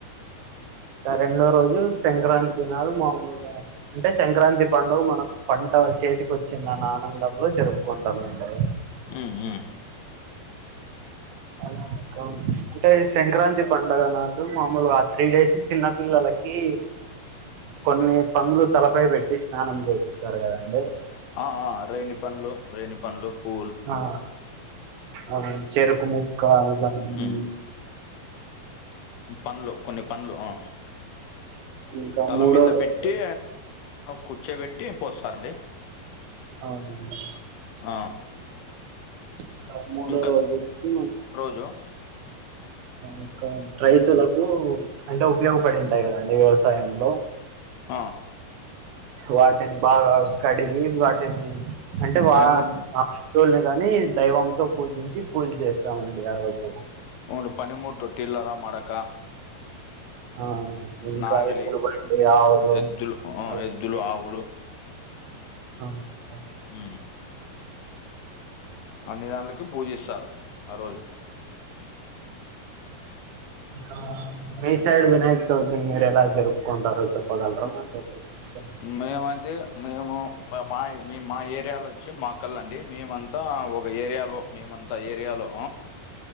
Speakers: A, on the right; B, on the left.
A: ఇంగ రెండో రోజు సంక్రాంతి నాడు మాములుగా అంటే సంక్రాంతి పండుగ మనకు పంట చేతికి వచ్చిందని ఆనందంలో జరుపుకుంటామండి
B: మ్మ్ మ్మ్
A: అలా రకం అంటే సంక్రాంతి పండుగ నాడు మామూలుగా ఆ త్రీ డేస్ చిన్న పిల్లలకి కొన్ని పండ్లు తలపై పెట్టి స్నానం చేపిస్తారు కదండి
B: ఆఆ రేణి పల్లు రేణి పల్లు పు
A: ఆ అవును ఆ చెరుకు ముక్క ఇలా అన్నీ
B: మ్మ్, పండ్లు కొన్ని పండ్లు ఆ
A: ఇంకా
B: తల
A: మూడో
B: మీద <unintelligible>
A: రోజు
B: పెట్టి కూర్చోబెట్టి పోస్తారండి.
A: అవునండి.
B: ఆ
A: ఇంకా మూడో
B: ఇంక
A: రోజు వచ్చి
B: <unintelligible>
A: ఇంకా రైతులకు అంటే ఉపయోగపడి ఉంటాయి కదండి వ్యవసాయంలో
B: ఆ
A: వాటిని బాగ కడిగి వాటిని అంటే వా
B: పనిముట్
A: వస్తువుల్నే కాని దైవంతో పూజించి పూజ చేస్తామండి ఆ రోజు.
B: ఉండు పనిముట్లు <unintelligible> మడక
A: ఆ ఇంకా
B: నాగలి
A: ఎద్దుల బండి, ఆవులు
B: ఎద్దులు ఆ
A: అవన్నీ
B: ఎద్దులు ఆవులు
A: <unintelligible>
B: ఆ అన్ని దాంలకి పూజిస్తారు ఆ రోజు
A: ఇంకా మీసైడ్ వినాయకచవితి మీరు ఎలా జరుపుకుంటారు చెప్పగలరా మాతో కొంచెం
B: మేమంటే మేము మా మేం మాఏరియాలో వచ్చి మక్కల్ అండి. మేమం అంత ఒక ఏరియాలో మేమంతా ఏరియాలో